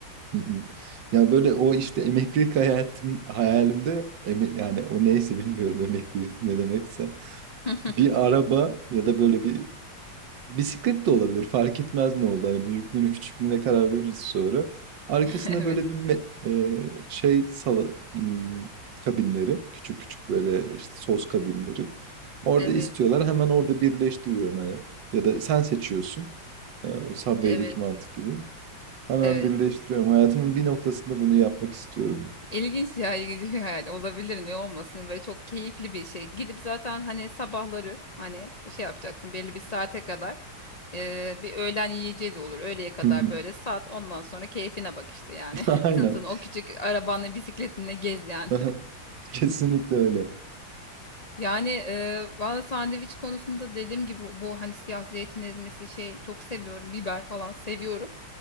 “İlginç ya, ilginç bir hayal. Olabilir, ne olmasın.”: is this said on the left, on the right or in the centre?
Left